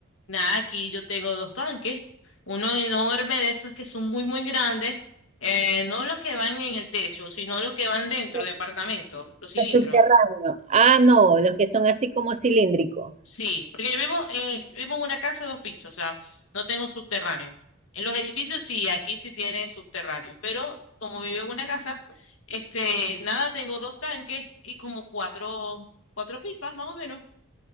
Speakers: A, on the left; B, on the right.
A: Nada, aquí yo tengo dos tanques, uno enorme de esos que son muy, muy grandes, eh, no los que van en el techo, sino los que van dentro
B: Los
A: de apartamento, los cilindros.
B: los subterráneos. Ah, no, los que son así como cilíndricos.
A: Sí, porque yo vivo, eh, yo vivo en una casa de dos pisos, o sea, no tengo subterráneo. En los edificios sí, aquí sí tiene subterráneo, pero como vivo en una casa, este, nada, tengo dos tanques y como cuatro, cuatro pipas más o menos.